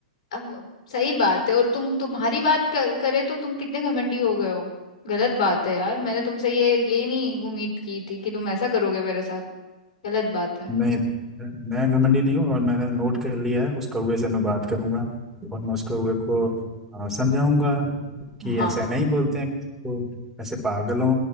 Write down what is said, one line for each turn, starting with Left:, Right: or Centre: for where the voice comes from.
Left: अब सही बात है और तुम तुम्हारी बात कर, करे तो तुम कितने घमंडी हो गए हो गलत बात है यार मैंने तुमसे ये ये नहीं उम्मीद की थी कि तुम ऐसा करोगे मेरे साथ गलत बात है
Centre: नहीं मैं घमंडी नहीं हूँ और मैंने नोट कर लिया है उस कौवे से मैं बात करूंगा और मैं उस कौवे को आ, समझाऊंगा कि
Left: हाँ
Centre: ऐसा नहीं बोलते हैं किसी को ऐसे पागलों